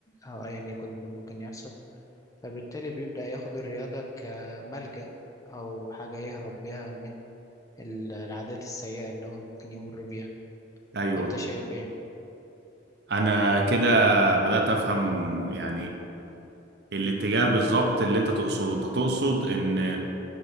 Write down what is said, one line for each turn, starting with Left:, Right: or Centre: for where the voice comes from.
Left: او ايا يكن اللي ممكن يحصل فبالتالي بيبدأ ياخد الرياضة كملجأ او حاجة يهرب بيها من ال- العادات السيئة اللي هو ممكن يمر بيها
Right: ايوه
Left: انت شايف ايه؟
Right: انا كده بدأت افهم يعني الاتجاه بالظبط اللي انت تقصده انت تقصد ان